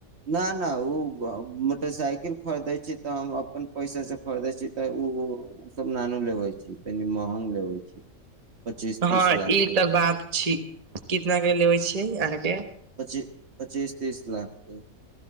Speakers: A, on the right; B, on the right.
A: ना ना ओ मोटरसाइकिल खरीदै छी तऽ हम अपन पैसा से खरीदै छी तऽ ऊ ओसभ नानु लेबै छी तनी महंग लेबै छी। पच्चीस
B: हँ
A: तीस लाख
B: ई
A: के
B: तऽ बात छी कितना के लेबे छियै अहाँके?
A: पची पच्चीस तीस लाखके।